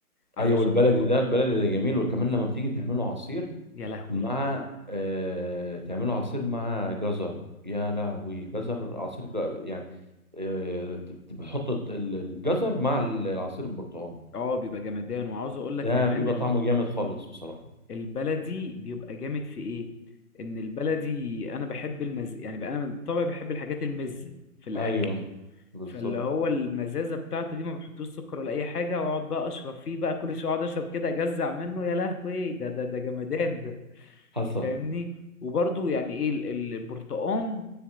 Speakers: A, on the left (about 85°); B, on the right (about 35°).
A: علشان
B: ايوه البلدي
A: خ...
B: ده البلدي ده جميل وكمان لما بتيجي تعمله عصير
A: يا لهوي
B: مع آه تعمله عصير مع جزر يا لهوي جزر عصير ج... يعني آه بتحط ال- الجزر مع العصير البرتقال
A: اه بيبقى جمدان وعاوز أقول
B: ده
A: لك كمان
B: بيبقى
A: ال...
B: طعمه جامد خالص بصراحة
A: البلدي بيبقى جامد في إيه إن البلدي أنا بحب المز يعني بقى أنا طبعا بحب الحاجات المزة في الأكل
B: ايوه بالظبط
A: فاللي هو المزازة بتاعته دي ما بحطوش سكر ولا أي حاجة وأقعد بقى أشرب فيه بقى كل شوية أقعد أشرب كده أجزع منه يا لهوي ده ده ده جمدان ده.
B: حصل
A: فاهمني وبرضو يعني ايه ال- ال- البرتقان